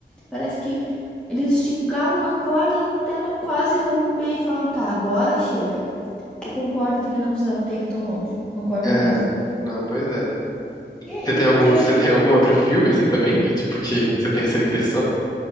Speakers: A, in the centre; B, on the left (about 20°).
A: Parece que eles esticaram a corda até ela quase romper e falaram, tá, agora chega. Eu concordo que ele não precisava ter ido tão longe. Concordo
B: É,
A: mesmo.
B: não, pois é.
A: E é,
B: Você
A: ent-
B: tem algum,
A: porque assim,
B: você tem algum outro filme, assim, também? Que, tipo, que você tem essa impressão?